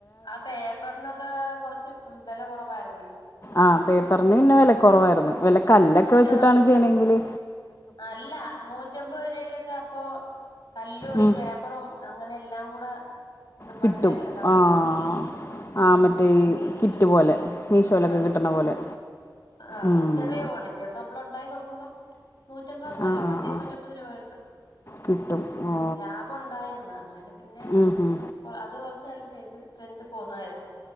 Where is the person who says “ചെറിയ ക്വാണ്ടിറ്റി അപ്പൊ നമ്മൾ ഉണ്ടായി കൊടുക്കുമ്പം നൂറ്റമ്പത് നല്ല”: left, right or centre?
Left